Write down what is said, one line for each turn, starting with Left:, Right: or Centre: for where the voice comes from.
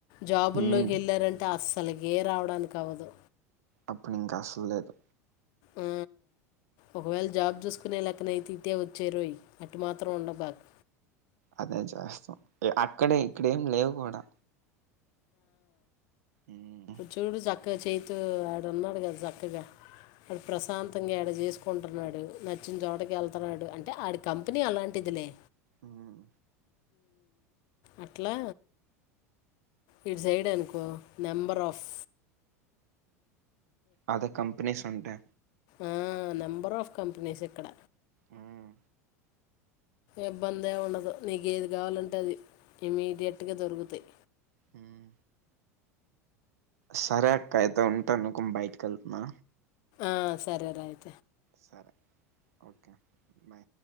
Left: జాబుల్లోకి
Right: ఉమ్
Left: వెళ్ళారంటే అస్సలుగే రావడానికి అవ్వదు
Right: అప్పుడుంకా అసలు లేదు
Left: ఆ, ఒకవేళ జాబ్ చూసుకునే లెక్కనైతే ఇతేే వచ్చే రోయ అటు మాత్రం ఉండ బాక్
Right: అదే చేస్తాం అక్కడే ఇక్కడ ఏం లేవు కూడా ఉమ్
Left: చూడు చక్కగా చేతుూ ఆడ ఉన్నాడు కదా చక్కగా ఆడు ప్రశాంతంగా ఆడ చేసుకుంటున్నాడు నచ్చిన చోటకి వెళ్తున్నాడు అంటే ఆడి కంపెనీ అలాంటిదిలే
Right: ఉమ్
Left: అట్లా ఇడు సైడ్ అనుకో నెంబ పర్ఫ్
Right: అద కంపెనీస్ ఉంటే
Left: ఆ నెంబర్ ఆఫ్ కంపెనీస్ ఇక్కడ
Right: ఉమ్
Left: ఇబ్బంది ఉండదు నీకేది కావాలంటే అది ఇమీడియట్గా దొరుకుతాయి
Right: ఉమ్ సరే అక్క అయితే ఉంటా నుకు బయటకి వెళ్తున్నా
Left: ఆ సరేయితే
Right: సరే ఓకే బా